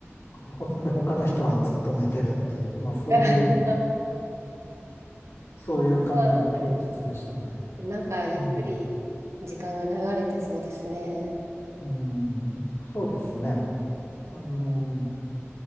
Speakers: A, on the left; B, on the right.
A: ほん <laughs> で、他の人はずっと寝てるっていう、まあ、そういう、
B: あ
A: そういう感じの休日でしたね。
B: ーなんか、ゆっくり
A: うん
B: 時間が流れてそうですね。
A: うん、そうですね。あの、